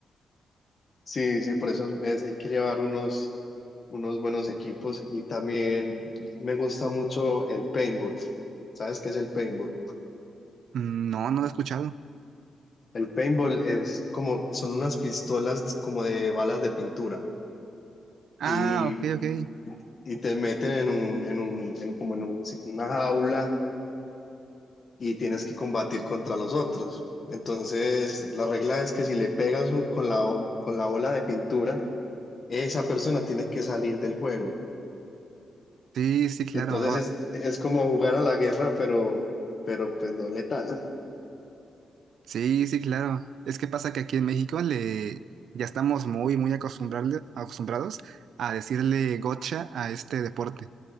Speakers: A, on the left; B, on the right.
A: Sí, sí, por eso es- hay que llevar unos, unos buenos equipos y también me gusta mucho el paintball. ¿Sabes qué es el paintball?
B: Mm, No, no lo he escuchado.
A: El paintball es como, son unas pistolas como de balas de pintura
B: Ah,
A: y,
B: ok, ok.
A: y te meten en un, en un, en como en un- una jaula y tienes que combatir contra los otros. Entonces, la regla es que si le pegas un- con la, o- con la ola de pintura, esa persona tiene que salir del juego.
B: Sí, sí, claro.
A: Entonces
B: ahora-
A: es, es como jugar a la guerra, pero, pero pues no letal. <laughs>
B: Sí, sí, claro. Es que pasa que aquí en México le ya estamos muy, muy acostumbrable- acostumbrados a decirle gocha a este deporte.